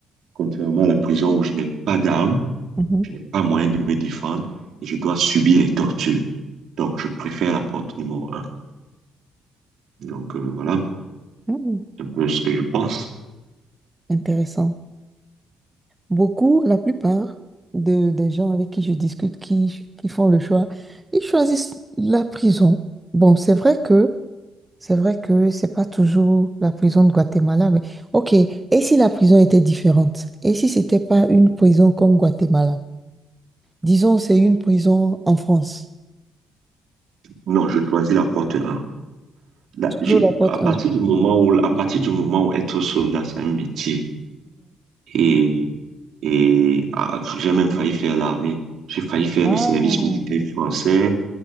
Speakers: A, on the right; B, on the right.
A: Contrairement à la prison où je n'ai pas d'armes,
B: Mhm.
A: je n'ai pas moyen de me défendre et je dois subir les tortures. Donc, je préfère la porte numéro un. Donc, euh, voilà
B: Hmm,
A: un peu ce que je pense.
B: Intéressant. Beaucoup, la plupart de- des gens avec qui je discute, qui, qui font le choix, ils choisissent la prison. Bon, c'est vrai que c'est vrai que c'est pas toujours la prison de Guatemala, mais ok. Et si la prison était différente? Et si c'était pas une prison comme Guatemala? Disons, c'est une prison en France.
A: Non, je choisis la porte un. Là,
B: Toujours
A: je-
B: la porte
A: à partir
B: 1.
A: du moment où, à partir du moment où être soldat, c'est un métier. Et, et ah, j'ai même failli faire l'armée. J'ai failli faire
B: Ah,
A: le service militaire français.